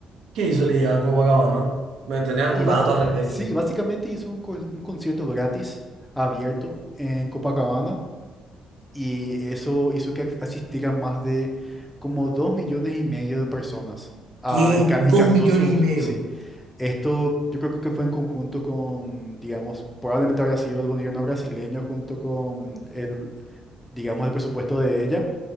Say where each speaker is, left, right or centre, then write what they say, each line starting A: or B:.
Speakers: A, on the right; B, in the centre.
A: ¿Qué hizo Ligan Copacabana? ¿Me tenés algún
B: Y bas-
A: dato
B: <laughs>
A: al respecto?
B: sí, básicamente hizo un, con- un concierto gratis, abierto, en Copacabana, y eso hizo que asistieran más de como dos millones y medio de personas. Ah,
A: ¿Qué?
B: y, ca-
A: Dos
B: y cantó
A: millones
B: sus,
A: y medio.
B: sí, esto yo creo que fue en conjunto con, digamos, probablemente habría sido el gobierno brasileño junto con el, digamos, el presupuesto de ella,